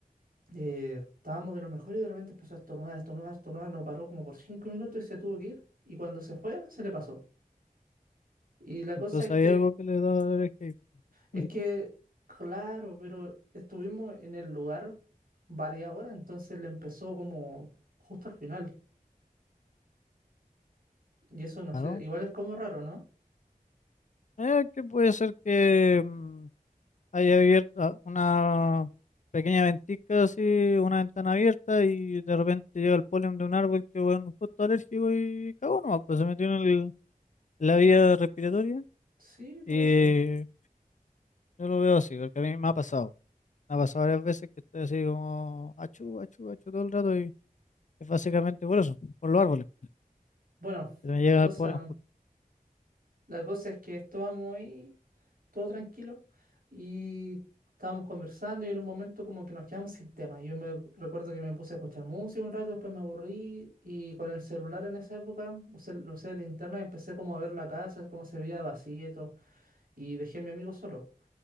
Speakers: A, on the right; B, on the left.
A: eh, estábamos de lo mejor y de repente empezó a estornudar, estornudar, estornudar, no paró como por cinco minutos y se tuvo que ir y cuando se fue se le pasó. Y la cosa
B: Entonces,
A: es
B: hay
A: que,
B: algo que le da alergia.
A: es
B: <laughs>
A: que, claro, pero estuvimos en el lugar varias horas, entonces le empezó como justo al final y eso no
B: Claro,
A: sé, igual es como raro, ¿no?
B: Eh, que puede ser que mm, haya abierto una pequeña ventisca así, una ventana abierta y de repente llega el polen de un árbol que bueno, justo alérgico y cagó nomás, pues se metió en el- la vía respiratoria
A: Sí, puede
B: y
A: ser.
B: yo lo veo así, porque a mí me ha pasado, me ha pasado varias veces que estoy así como achú, achú, achú todo el rato y es básicamente por eso, por los árboles,
A: Bueno,
B: que me
A: la
B: llega
A: cosa,
B: el polen justo,
A: la cosa es que estábamos ahí. todo tranquilo y estábamos conversando y en un momento como que nos quedamos sin tema. Yo me recuerdo que me puse a escuchar música un rato, después me aburrí y con el celular en esa época usé, lo usé de linterna y empecé como a ver la casa, cómo se veía vacía y todo, y dejé a mi amigo solo.